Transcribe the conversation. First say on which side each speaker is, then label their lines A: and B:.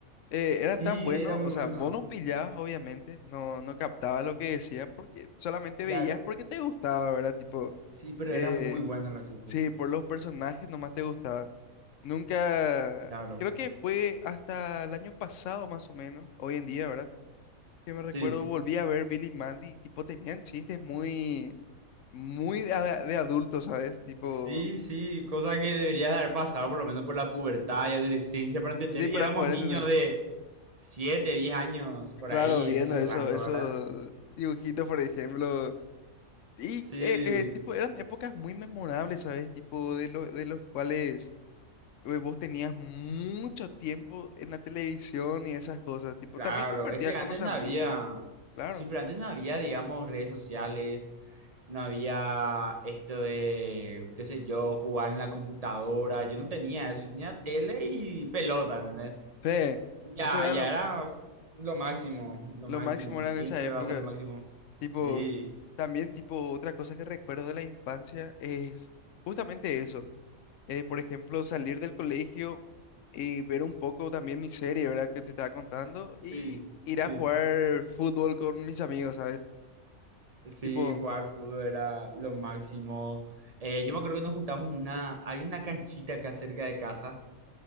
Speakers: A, on the left (about 65°); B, on the right (about 30°).
A: eh, eran
B: Sí,
A: tan buenos,
B: era muy
A: o
B: bueno.
A: sea, vos no pillabas, obviamente, no, no captabas lo que decían porque solamente
B: Claro.
A: veías porque te gustaba, ¿verdad? Tipo,
B: Sí, pero
A: eh,
B: eran muy buenos los chistes.
A: sí, por los personajes nomás te gustaban. Nunca,
B: Claro.
A: creo que fue hasta el año pasado más o menos, hoy en día, ¿verdad? Que me recuerdo,
B: Sí.
A: volví a ver Billy y Mandy, y, tipo, tenían chistes muy, muy de, a- de adultos, ¿sabes? Tipo,
B: Sí, sí, cosa que deberías haber pasado por lo menos por la pubertad y adolescencia para entender.
A: sí,
B: Y
A: para
B: éramos
A: poder
B: niños
A: entender.
B: de 7, 10 años, por
A: Claro,
B: ahí,
A: viendo
B: en ese
A: eso,
B: rango,
A: esos
B: ¿verdad?
A: dibujitos, por ejemplo. Y
B: Sí,
A: eh, eh, tipo, eran épocas muy memorables, ¿sabes? Tipo, de lo, de los cuales eh, vos tenías mucho tiempo en la televisión y esas cosas. Tipo,
B: claro.
A: también compartía
B: Es que
A: con
B: antes
A: los
B: no
A: amigos,
B: había,
A: claro.
B: sí, pero antes no había, digamos, redes sociales, no había esto de, qué sé yo, jugar en la computadora. Yo no tenía eso, yo tenía tele y pelota, ¿entendés?
A: Sí,
B: Ya,
A: eso era
B: ya
A: lo,
B: era lo máximo, lo
A: lo
B: máximo,
A: máximo era
B: siempre
A: en esa época.
B: va a ser lo máximo.
A: Tipo,
B: Sí,
A: también, tipo, otra cosa que recuerdo de la infancia es justamente eso. Eh, por ejemplo, salir del colegio y ver un poco también mi serie, ¿verdad? Que te estaba contando y
B: Sí,
A: ir
B: sí.
A: a jugar fútbol con mis amigos, ¿sabes?
B: sí,
A: Tipo,
B: jugar fútbol era lo máximo. Eh, yo me acuerdo que nos juntamos una, hay una canchita acá cerca de casa,